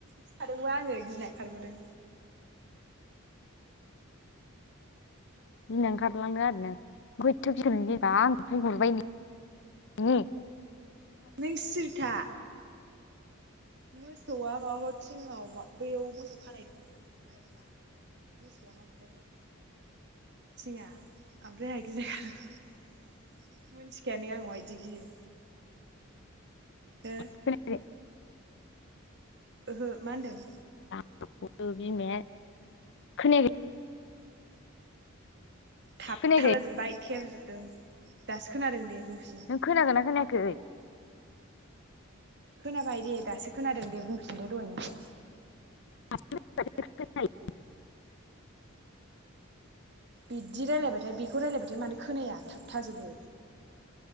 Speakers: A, on the right; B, on the left.
A: सिखारदोंबा आंङो गिनाय खारबोदों
B: गिना ओंखारलांदों आरो <unintelligible> आं बुंहरबायनि <unintelligible>
A: नों सिरिथा मोसौआ आ थिङाव बैयाव मोसौ खानाय दंमोन ओमफ्राय मोसौआ माबादोंमोन थिंआ ओमफ्राय आंङा गिना खाय मिन्थिखायानो आं मा बाय दि गियो।
B: खोनायाखै
A: हो ओहो मा होनदों
B: <unintelligible> बिमाया खोनायाखै
A: थाबथाला
B: खोनायाखै
A: जोब्बाय थेर जोब दों दासो खोनादों दे। बुंफिन
B: नों खोनागो ना खोनाय खै?
A: खोनाबाय दे दासो खोनादों दे बुंफिनदो दहायनिखौ।
B: <unintelligible>
A: बिदि रायलायबाथाय बेखौ रायलायबाथाय मानो खोनाया थाब थाजोबो